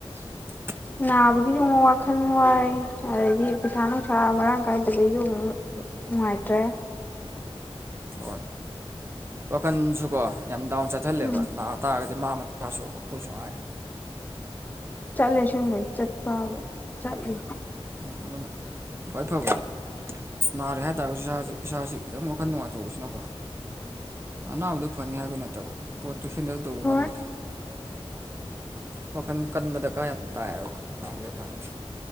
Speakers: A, on the right (about 25°); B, on the left (about 15°).
A: <inaudible>
B: ꯅꯥꯕꯒꯤꯖꯨ ꯑꯃꯨꯛ ꯋꯥꯈꯜ ꯋꯥꯏ ꯑꯗꯩꯗꯤ ꯄꯩꯁꯥ ꯅꯨꯡꯁꯥ ꯃꯔꯥꯡ ꯀꯥꯏꯗꯕꯩꯖꯨ ꯑꯃꯨꯛ ꯅꯨꯡꯉꯥꯏꯇ꯭ꯔꯦ
A: ꯍꯣꯏ ꯋꯥꯈꯟꯖꯨꯀꯣ ꯌꯥꯝ ꯗꯥꯎꯟ ꯆꯠꯊꯜꯂꯦꯕ
B: ꯎꯝ
A: ꯅꯥ ꯇꯥꯔꯒꯗꯤ ꯃꯥ ꯃꯠ__ ꯏꯁꯥꯁꯨ ꯑꯈꯣꯏꯁꯨ ꯍꯥꯏ
B: ꯆꯠꯂꯦ ꯑꯁꯦꯡꯕꯩ ꯆꯠꯄꯕꯨ ꯆꯠꯂꯤ
A: ꯎꯝ ꯑꯗꯨꯅ ꯈ꯭ꯋꯥꯏ ꯐꯕꯗꯤ ꯅꯥꯔꯦ ꯍꯥꯏꯇꯥꯥꯔꯒꯖꯨ ꯏꯁꯥꯖꯦ ꯏꯁꯥꯁꯦ ꯈꯤꯇꯪ ꯋꯥꯈꯟ ꯅꯨꯡꯉꯥꯏꯊꯣꯛꯍꯧꯕꯖꯤꯅꯀꯣ ꯑꯅꯥꯕꯗꯣ ꯐꯅꯤ ꯍꯥꯏꯕꯩ ꯅꯠꯇꯕ ꯄꯣꯠꯇꯨ ꯍꯦꯟꯗꯜ ꯇꯧꯕ
B: ꯍꯣꯏ
A: ꯉꯝꯕꯗꯣ ꯋꯥꯈꯟ ꯀꯟꯕ ꯗꯀꯥꯔ ꯌꯥꯝ ꯇꯥꯏꯕ ꯍꯧꯖꯤꯛꯀꯥꯟꯗꯗꯤ